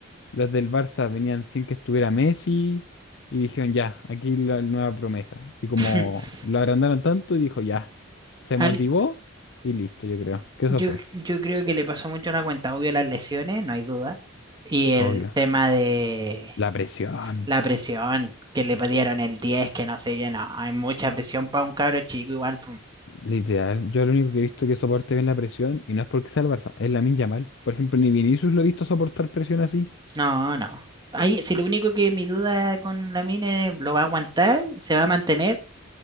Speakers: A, on the left; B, on the right.
A: los del Barça venían sin que estuviera Messi y dijeron ya, aquí la nueva promesa. Y como
B: <laughs>
A: lo agrandaron tanto, dijo ya, se
B: Al-
A: motivó y listo, yo creo que eso
B: Yo,
A: fue,
B: yo creo que le pasó mucho la cuenta, obvio las lesiones, no hay duda. Y el
A: obvio.
B: tema de
A: La presión.
B: la presión, que le dieron el 10 que no sé qué, no, hay mucha presión para un cabro chico igual. pum.
A: Literal, yo lo único que he visto que soporte bien la presión, y no es porque sea el Barça, es Lamine Yamal. Por ejemplo, ni Vinicius lo he visto soportar presión así.
B: No, no. Ahí, si lo único que mi duda con la mina es, lo va a aguantar, se va a mantener,